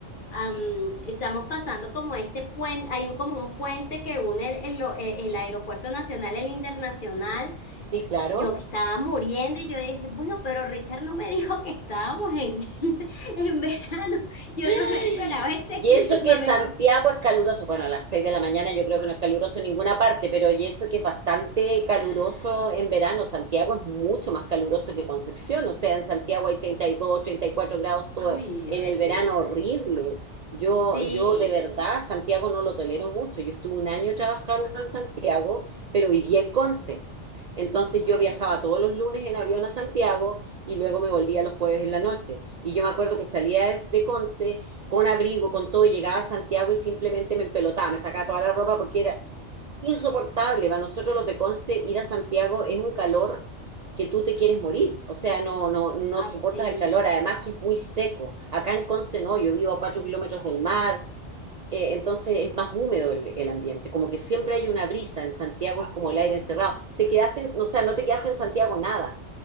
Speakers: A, on the left; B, on the right.
A: am, estamos pasando como este puente, hay un, como un puente que une el, el, el Aeropuerto Nacional, el Internacional,
B: Sí, claro.
A: Yo me estaba muriendo y yo dije, bueno, pero Richard no me <laughs> dijo que estábamos en, <laughs> en verano. Yo
B: <gasps>
A: no me esperaba este
B: Y
A: clima.
B: eso que
A: Me...
B: Santiago es caluroso, bueno, a las 6 de la mañana yo creo que no es caluroso en ninguna parte, pero y eso que es bastante caluroso
A: <laughs>
B: en verano, Santiago
A: <sighs>
B: es mucho más caluroso que Concepción, o sea, en Santiago hay treinta treinta y dos, treinta y cuatro grados todo
A: Uy,
B: en
A: horrible.
B: el verano horrible. Yo,
A: Sí,
B: yo de verdad Santiago no lo tolero mucho, yo estuve un año trabajando en Santiago, pero vivía en Conce. Entonces yo viajaba todos los lunes en avión a Santiago, y luego me volvía los jueves en la noche. Y yo me acuerdo que salía de, Conce con abrigo, con todo, y llegaba a Santiago y simplemente me empelotaba, me sacaba toda la ropa porque era insoportable. Para nosotros los de Conce ir a Santiago es un calor que tú te quieres morir, o sea, no, no, no
A: así.
B: soportas el calor, además que es muy seco. Acá en Conce no, yo vivo a cuatro kilómetros del mar, eh, entonces es más húmedo el, el, ambiente, como que siempre hay una brisa, en Santiago es como el aire encerrado. Te quedaste, o sea, no te quedaste en Santiago nada.